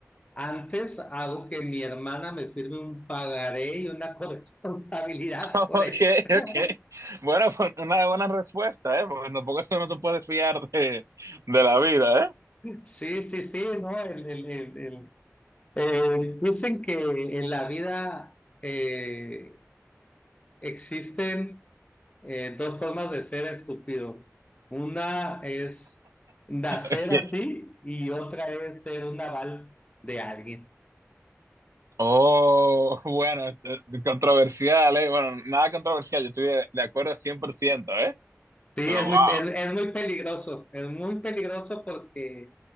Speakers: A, on the left; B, on the right.
A: antes hago que mi hermana me firme un pagaré y una <laughs> corresponsabilidad
B: <laughs> Ok,
A: por eso. <laughs>
B: ok. Bueno, pues una buena respuesta, ¿eh? Porque tampoco eso no se puede fiar de, de la vida, ¿eh?
A: Sí, sí, sí, ¿no? El, el- el- el- eh, dicen que en la vida eh, existen eh, dos formas de ser estúpido. Una es nacer
B: Ok.
A: así y otra es ser un naval de alguien.
B: Oh, bueno, eh, controversial, ¿eh? Bueno, nada controversial, yo estoy de, de acuerdo cien por ciento ¿eh?
A: Sí,
B: Pero
A: es
B: wow.
A: muy, es, es muy peligroso, es muy peligroso porque